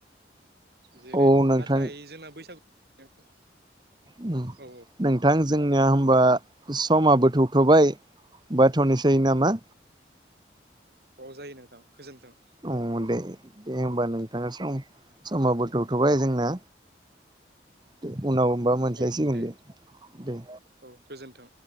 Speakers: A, on the right (about 60°); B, on the right (about 25°).
A: जे-रै
B: औ नोंथां
A: नाथाय जोंना बैसागु <inaudible> <unintelligible>
B: उम
A: औ
B: नोंथां जोंनिया होम बा समाबो थौथ'बाय बाथ'नोसै नामा।
A: अ जायो नोंथां गोजोन्थों।
B: अ दे-देहोमबा नोंथाङा सम समाबो थौथ'बाय जोंना दे। उनाव होमबा मोनज्लायसिगोन
A: औ दे
B: दे-दे।
A: औ गोजोन्थों